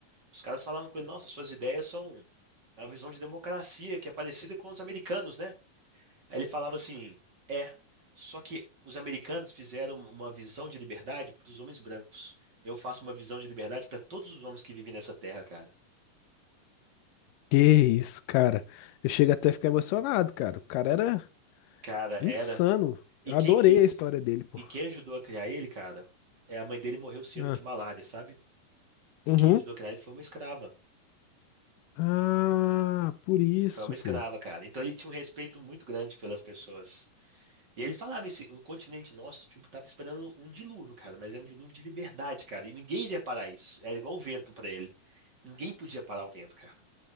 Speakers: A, on the right; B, on the left.
A: Os caras falavam com ele, nossa, suas ideias são a visão de democracia, que é parecida com os americanos, né? Aí ele falava assim: é, só que os americanos fizeram uma visão de liberdade para os homens brancos. Eu faço uma visão de liberdade para todos os homens que vivem nessa terra, cara.
B: Que isso, cara. Eu chego até a ficar emocionado, cara. O cara era
A: Cara,
B: insano.
A: era. E
B: Eu
A: quem,
B: adorei
A: e,
B: a história dele, pô.
A: e quem ajudou a criar ele, cara, é a mãe dele morreu cedo
B: Ah,
A: de malária, sabe? E
B: uhum.
A: quem ajudou a criar ele foi uma escrava.
B: Ah, por isso,
A: Foi uma escrava,
B: pô.
A: cara. Então ele tinha um respeito muito grande pelas pessoas. E ele falava esse, o continente nosso, tipo, tava esperando um dilúvio, cara, mas é um dilúvio de liberdade, cara, e ninguém iria parar isso. Era igual o vento pra ele. Ninguém podia parar o vento, cara.